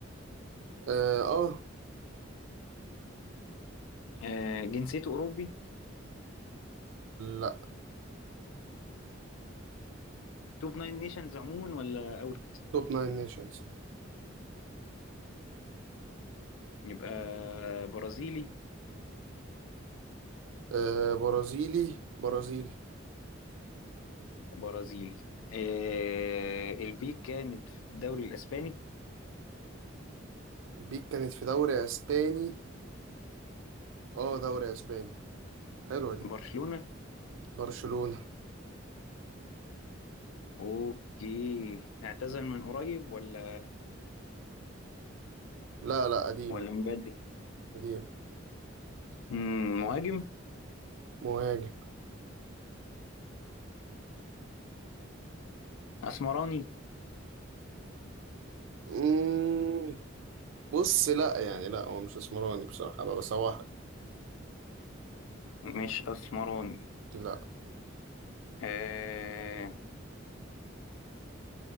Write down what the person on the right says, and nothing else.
اه آه،
لا
توب ناين نيشنز
أه... برازيلي برازيلي
بيك كانت في دوري اسباني اه دوري اسباني حلوة دي
برشلونة
لا لا قديمة
قديم
مهاجم
مم. بص لا يعني لا هو مش اسمراني بصراحة أبقى بسوحك
لا